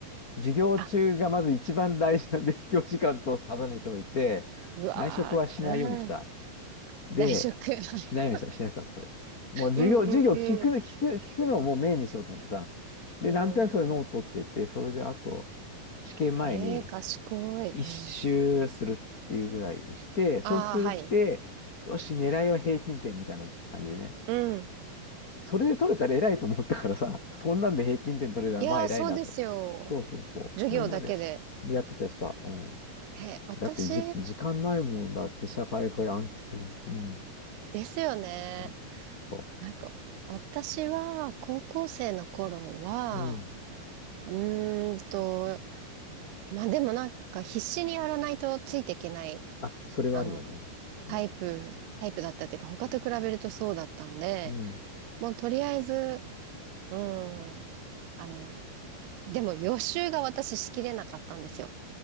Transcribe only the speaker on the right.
あ、うわー、
うん。
内職。
<laughs>
うんうん
うん。
う
ん、ええ賢い。
うん、
ああ、はい。
うん。
いやー、そうですよ。
授業だけで。
え、私
ですよね。
なんか、私は高校生の頃は、
うーんと、まあでもなんか必死にやらないとついていけない、
あの、タイプ、
タイプだったっていうか、他と比べるとそうだったんで、
もうとりあえず、うん、あの、でも予習が私しきれなかったんですよ。